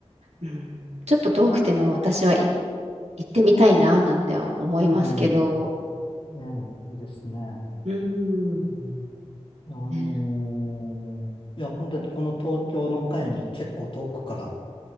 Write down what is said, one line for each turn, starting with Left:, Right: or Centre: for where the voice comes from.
Right: うん、ちょっと遠くても私はい行ってみたいな、なんては思いますけど、
Left: ん、ええ、いいですね。
Right: うん。
Left: うん、いやあのーいや、
Right: ね、
Left: 本当にこの東京の会に結構遠くから